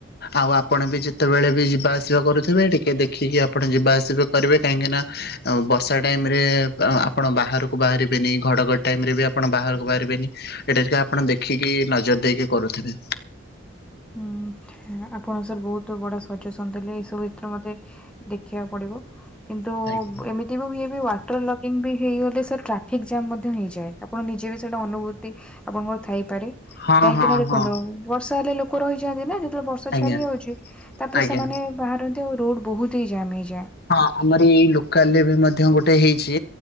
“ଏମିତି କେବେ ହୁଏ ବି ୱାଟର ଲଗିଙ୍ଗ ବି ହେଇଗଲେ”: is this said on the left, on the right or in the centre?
Centre